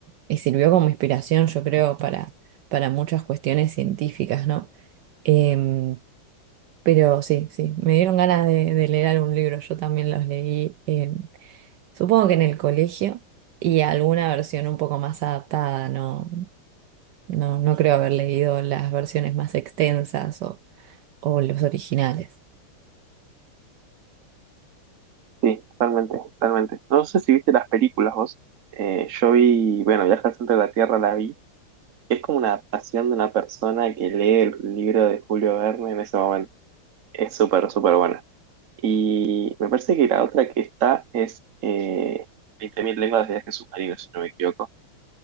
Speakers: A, on the right; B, on the right.
A: y sirvió como inspiración, yo creo, para, para muchas cuestiones científicas, ¿no? Eh, pero sí, sí, me dieron ganas de, de leer algún libro, yo también los leí, eh, supongo que en el colegio. Y alguna versión un poco más adaptada, no, no, no creo haber leído las versiones más extensas o o los originales.
B: Sí, totalmente, totalmente. No sé si viste las películas vos. Eh, yo vi, bueno, Viaje al centro de la Tierra la vi. Es como una adaptación de una persona que lee el libro de Julio Verne en ese momento. Es súper, súper buena. Y me parece que la otra que está es eh, 20.000 lenguas de viaje submarino, si no me equivoco.